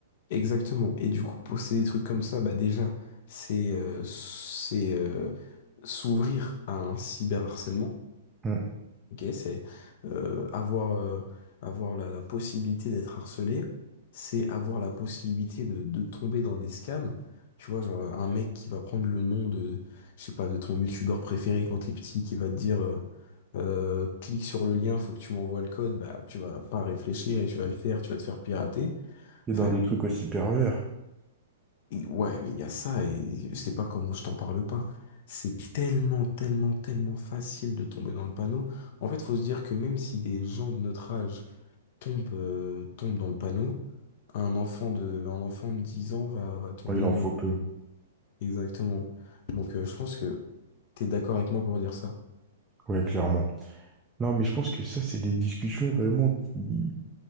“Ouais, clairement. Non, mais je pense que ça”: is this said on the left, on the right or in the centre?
Right